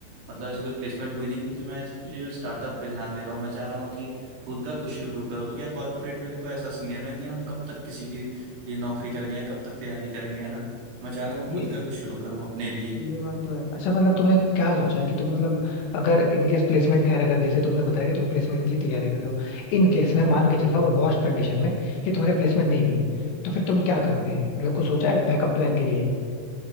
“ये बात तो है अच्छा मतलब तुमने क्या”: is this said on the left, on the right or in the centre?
Left